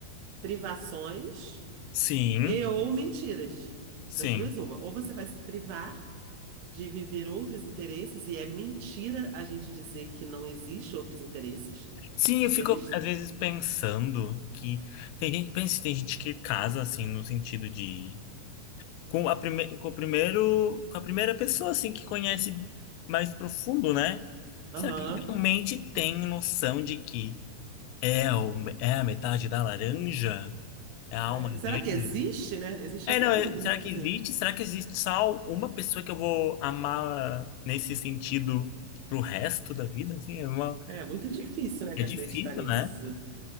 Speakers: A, on the right (about 70°); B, on the left (about 85°).
A: privações
B: Sim,
A: E ou mentiras.
B: sim.
A: Das duas, uma. Ou você vai se privar de viver outros interesses, e é mentira a gente dizer que não existe outros interesses.
B: Sim, eu fico
A: Existe.
B: às vezes pensando que tem gente, pensa, tem gente que casa assim no sentido de com a prime... com o primeiro, com a primeira pessoa assim que conhece mais profundo, né?
A: Aham.
B: Será que ele realmente tem noção de que é, o... é a metade da laranja? É a alma
A: É, será
B: dele?
A: que existe, né? Existe
B: É,
A: outra
B: não,
A: pergunta,
B: é- será que
A: assim.
B: existe? Será que existe só uma pessoa que eu vou amar nesse sentido pro resto da vida? Assim, é uma...
A: É muito difícil, né,
B: é
A: de
B: difícil,
A: acreditar nisso.
B: né?